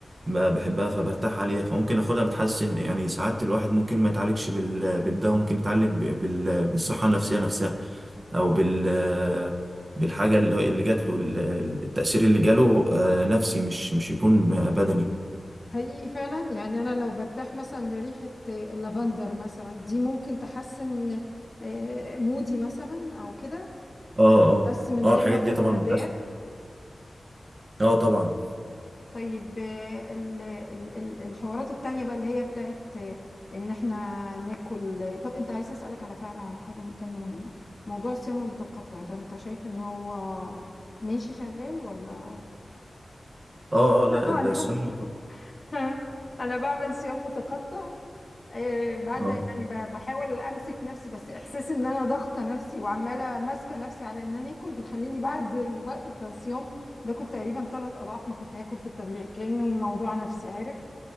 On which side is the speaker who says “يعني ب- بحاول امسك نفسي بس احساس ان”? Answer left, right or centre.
Left